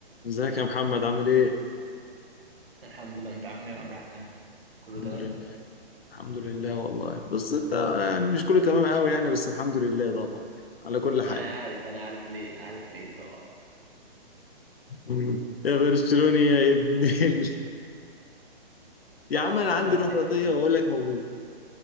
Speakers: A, on the left; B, on the right.
A: ازيك يا محمد عامل ايه؟
B: الحمد لله انت عامل ايه يا عبد الرحمن كله
A: الحمد
B: تمام
A: لله الحمد لله والله بس انت يعني مش كله تمام قوي يعني بس الحمد لله طبعا يعني على كل حال
B: انا عارف انا عارف ليه عارف ليه طبعا
A: مم. يا برشلوني يا ابن ال... يا
B: طبعا
A: عم انا عندي
B: طبعا
A: روح
B: يعني
A: رياضيه واقول لك مبروك